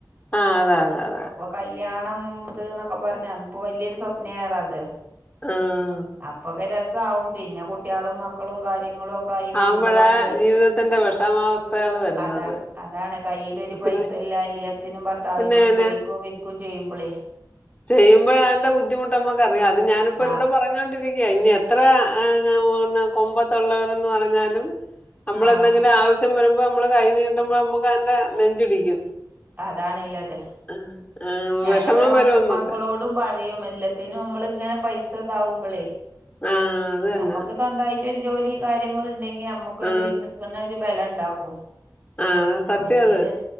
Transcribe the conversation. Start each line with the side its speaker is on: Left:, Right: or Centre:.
Left: ആഹ് അതെ അതെ അതെ.
Right: കല്ല്യാണം ഇത് നൊക്കെ പറഞ്ഞ അന്ന് പ്പൊ വലിയൊരു സ്വപ്ന ആണ് അത്.
Left: ആഹ്.
Right: അപ്പൊക്കെ രസാവും പിന്നെ കുട്ടികളും മക്കളും കാര്യങ്ങളുംക്കെ ക്കെ ആയി വരുമ്പോളാണ്
Left: ആവുമ്പഴാ ജീവിതത്തിന്റെ വിഷമാവസ്ഥകൾ വരുന്നത്
Right: അതാ അതാണ് കൈയിൽ ഇ പൈസ
Left: പിന്നെ
Right: ഇല്ല എല്ലത്തിനും ഭർത്താവിനോട്
Left: പിന്നെനെ
Right: ചോദിക്കയും വിരിക്കും ചെയ്യുമ്പള്.
Left: ചെയ്യുമ്പോ അയ്ന്റെബുദ്ധിമുട്ട് നാമ്മുക്കറി യാം അത് ഞാനിപ്പോ
Right: ആഹ്
Left: ഇവിടെ പറയാ പറഞ്ഞൊണ്ടിരിക്കയ ഇനി എത്ര ആ ഞൻ പറ കൊമ്പത്തുള്ളവർന്ന് പറഞ്ഞാലും. നമ്മളെന്തെങ്കിലും
Right: ആഹ്
Left: ആവശ്യം വരുമ്പോ നമ്മള് കൈ നീട്ടുമ്പോ നമ്മുക്ക് അതിന്റെ നെഞ്ചിടിക്കും.
Right: അതാണ്ള്ളത്
Left: ആഹ് ആഹ്
Right: ഞാനിവിടെ
Left: വെഷമം
Right: മക്ക
Left: വരും. നമ്മക്ക്
Right: മക്കളോടും പറയും എല്ലാത്തിനും നമ്മള് ഇങ്ങനെ പൈസ, ഇതാവുമ്പള്
Left: ആ അത് തന്നെ
Right: നമുക്ക് സ്വന്തമായിട്ട് ഒരു ജോലി കാര്യങ്ങൾ ഇണ്ടെങ്കിൽ നമു ഒര്
Left: ആ
Right: നിക്ക്ണ ഒരു ബലം ഉണ്ടകും
Left: ആ സത്യം
Right: മറ്റേത്.
Left: അത്